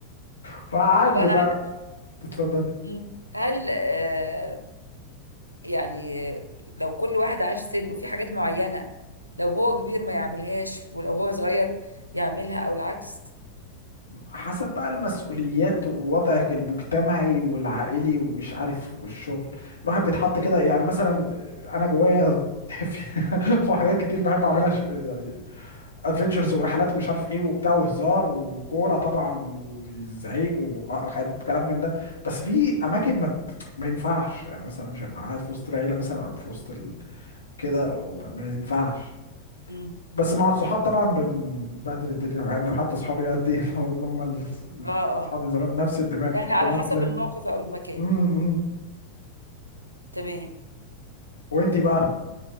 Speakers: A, on the left; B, on the right.
A: فعادي
B: طب انا
A: بقى
B: عايزه أسألك،
A: اتفضل
B: مم. هل آه يعني لو كل واحد عاش سنه في حاجات معينه لو هو كبير ما يعملهاش ولو هو صغير يعملها او العكس
A: حسب بقى المسؤوليات ووضعك المجتمعي والعائلي ومش عارف والشغل الواحد بيتحط كده يعني مثلا انا جوايا <laughs> في- وحاجات كتير بحب اعملها ش- يعني ادفنتشرز ورحلات ومش عارف ايه وبتاع وهزار وكوره طبعا وزعيق وكلام من ده بس في اماكن ما ت- ما ينفعش يعني مثلا مش هبقى قاعد في وسط العيله مثلا او في وسط ال... كده وما- ما ينفعش
B: امم
A: بس مع الصحاب طبعا بنبهدل الدنيا مع انه حتى صحابي قد ايه <laughs> هم ال-
B: اه
A: اصحاب
B: اه
A: من زمان نفس الدماغ
B: يعني
A: احنا
B: على
A: كنا
B: حسب
A: بتلاقي
B: الموقف او المكان
A: امم
B: تمام
A: وانتي بقى